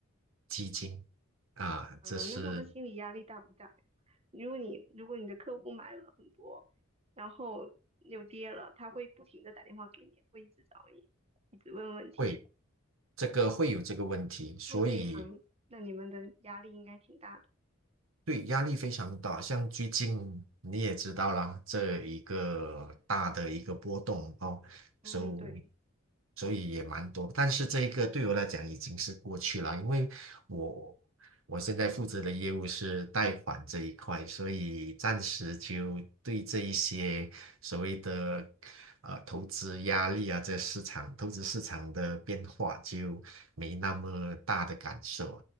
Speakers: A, on the right (about 70°); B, on the right (about 30°).
A: 基金啊，
B: 啊，
A: 这是
B: 那他们心理压力大不大呀？如果你如果你的客户买了很多，然后又跌了，他会不停的打电话给你，会一直找你，一直问问题。
A: 会这个会有这个问题，所以
B: 做这一行，那你们的压力应该挺大的。
A: 对，压力非常大，像最近你也知道啦，这一个大的一个波动哦，
B: 嗯，
A: 所以
B: 对，
A: 所以也蛮多，但是这一个对我来讲已经是过去了，因为我我现在负责的业务是贷款这一块，所以暂时就对这一些所谓的呃投资压力啊，这市场投资市场的变化就没那么大的感受。